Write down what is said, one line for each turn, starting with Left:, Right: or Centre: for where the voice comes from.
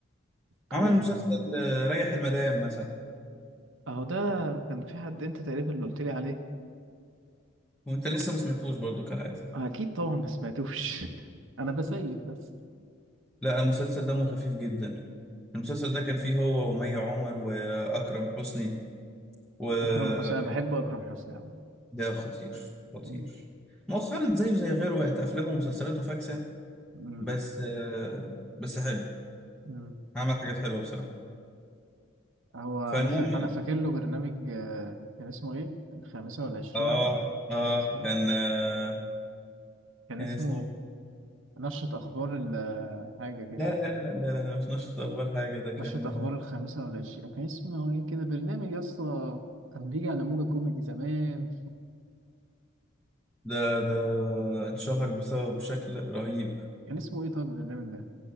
Right: اوكي
Centre: عمل مسلسل آه، ريح المدام مثلا
Right: اهو ده كان في حد انت تقريبا اللي قلت لي عليه
Centre: وانت لسه ما سمعتوش برضو كالعاده
Right: اكيد طبعا ما سمعتوش <laughs> انا بسيف بس
Centre: لا المسلسل دمه خفيف جدا المسلسل ده كان فيه هو ومي عمر واكرم حسني وده
Right: اكرم حسني انا بحب اكرم حسني قوي
Centre: خطير خطير
Right: مم.
Centre: مؤخرا زيه زي غيره بقت افلامه ومسلسلاته فاكسه
Right: مم.
Centre: بس آه، بس حلو
Right: مم.
Centre: عمل حاجات حلوه بصراحه
Right: هو
Centre: فالمهم
Right: انا فا... انا فاكر له برنامج آه، كان اسمه ايه الخامسة والعشرين
Centre: اه
Right: ولا إيه؟
Centre: اه
Right: كان اسمه
Centre: كان
Right: ايه
Centre: آه
Right: كان
Centre: كان
Right: اسمه
Centre: اسمه
Right: نشرة اخبار ال- آه، حاجة كده
Centre: لا لا لا لا لا لا, لا مش نشط اول حاجه ده كان
Right: نشرة اخبار الخامسة والعشرين كان اسمه ايه كده برنامج يا اسطى كان بيجي على موجة كوميدي زمان
Centre: ده ده اتشهر بسبب بشكل رهيب
Right: كان اسمه ايه طيب البرنامج ده